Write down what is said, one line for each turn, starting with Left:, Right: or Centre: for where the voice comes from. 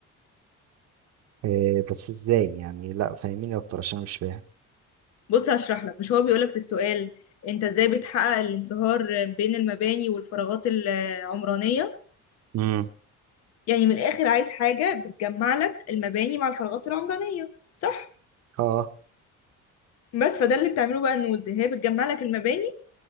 Right: آه، بس ازاي يعني لا فاهميني اكتر عشان مش فاهم
Left: بص هشرح لك مش هو بيقولك في السؤال انت ازاي بتحقق الانصهار بين المباني والفراغات العمرانية
Right: امم
Left: يعني من الآخر عايز حاجة بتجمع لك المباني مع الفراغات العمرانية صح
Right: اه
Left: بس فده اللي بتعمله بقى النودز هي بتجمع لك المباني